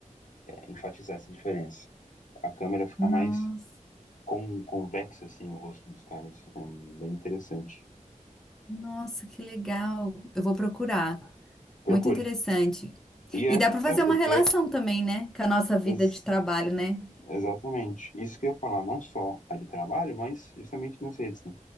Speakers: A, on the left; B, in the centre.
A: enfatizar essa diferença. A câmera fica
B: Nossa,
A: mais com convexa, assim, o rosto dos caras. É bem interessante.
B: nossa, que legal. Eu vou procurar.
A: Procure.
B: Muito interessante.
A: E
B: E
A: é,
B: dá para fazer
A: é porque
B: uma relação
A: é.
B: também, né? Com a nossa vida
A: ex-
B: de trabalho, né?
A: Exatamente. Isso que eu ia falar, não só a de trabalho, mas justamente nas redes, né?